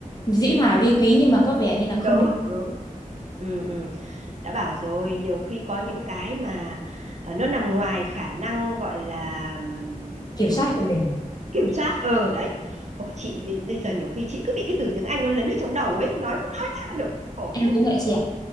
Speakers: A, on the left; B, on the right.
A: dĩ hòa vi quý nhưng mà có vẻ như là không
B: đúng
A: được
B: đúng ừ, ừ. đã bảo rồi nhiều khi có những cái mà ờ, nó nằm ngoài khả năng gọi là
A: kiểm
B: ừm,
A: soát của mình
B: kiểm soát ờ đấy khổ chị bị bây giờ nhiều khi chị cứ bị cái từ tiếng Anh nó lấn ở trong đầu ấy nói cũng nói ra được khổ
A: em
B: thế
A: cũng vậy chị ạ